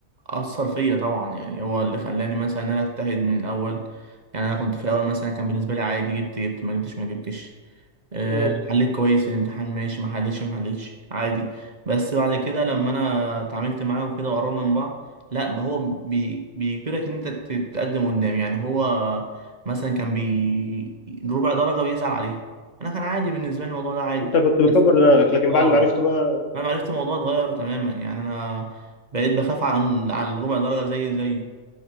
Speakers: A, on the right; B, on the left.
A: أثر فيا طبعا يعني هو اللي خلاني مثلا إن أنا أجتهد من الأول يعني أنا كنت في الأول مثلا كان بالنسبة لي عادي جبت جبت ما جبتش ما جبتش آه،
B: مم.
A: حليت كويس في الامتحان ماشي ما حليتش ما حليتش عادي بس بعد كده لما انا اتعاملت معاه وكده وقررنا من بعض لا هو بي بيجبرك ان انت تت- تتقدم قدام يعني هو مثلا كان بي ربع درجة بيزعل عليه انا كان عادي بالنسبة لي الموضوع ده عادي
B: انت كنت بتكبر
A: بس
B: دماغك لكن
A: اه
B: بعد ما عرفته بقى
A: انا عرفت الموضوع اتغير تماما يعني انا بقيت بخاف على على الربع درجة زي زي